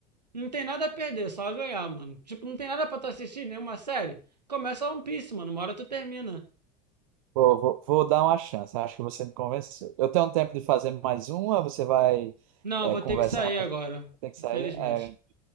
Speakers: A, on the right; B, on the right.
A: Não tem nada a perder, só a ganhar, mano. Tipo, não tem nada pra tu assistir, nenhuma série. Começa One Piece, mano. Uma hora tu termina.
B: Vou, vou, vou dar uma chance, acho que você me convenceu. Eu tenho tempo de fazer mais uma, você vai,
A: Não,
B: é,
A: eu vou
B: conversar
A: ter que sair
B: mais.
A: agora,
B: Tem que
A: infelizmente.
B: sair? É.